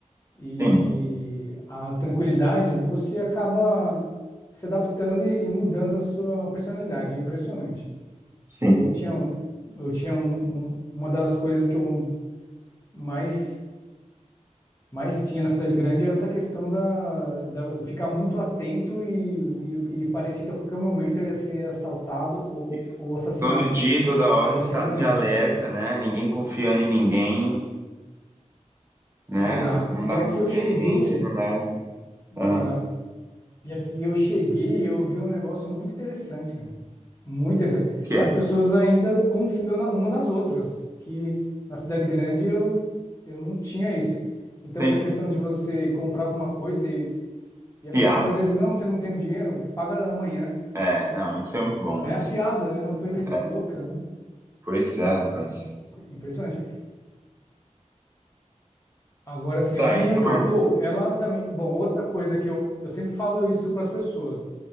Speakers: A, on the left; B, on the right.
A: e
B: sim,
A: a tranquilidade, você acaba se adaptando e e mudando a sua personalidade. É impressionante.
B: sim.
A: Eu tinha, um, eu tinha um- um- uma das coisas que eu mais, mais tinha na cidade grande era essa questão da, da ficar muito atento e, e, e parecia que a qualquer momento eu ia ser assaltado ou,
B: E
A: ou assassinado,
B: Todo dia, toda hora,
A: em qualquer
B: em estado
A: momento.
B: de alerta, né? Ninguém confiando em ninguém, né?
A: Exato.
B: Não
A: E
B: dá
A: aqui
B: pra confiar
A: eu cheguei,
B: em ninguém, sempre alerta.
A: não
B: Aham.
A: dá.
B: O
A: E aqui eu cheguei e eu vi um negócio muito interessante, cara. Muito interessante.
B: que
A: As
B: é?
A: pessoas ainda confiam na, uma nas outras, que na cidade grande eu, eu não tinha isso. Então,
B: Sim.
A: essa questão de você comprar alguma coisa e, e a
B: Fiado?
A: pessoa às vezes, não, você não tem o dinheiro, paga amanhã.
B: É, não, isso é muito bom
A: É
B: mesmo.
A: afiado, é uma coisa <laughs>
B: É,
A: louca, né?
B: pois é, rapaz.
A: Impressionante. Agora, assim,
B: Tá,
A: a região
B: e o que mais?
A: que eu tô, ela também. Bom, outra coisa que eu, eu sempre falo isso para as pessoas.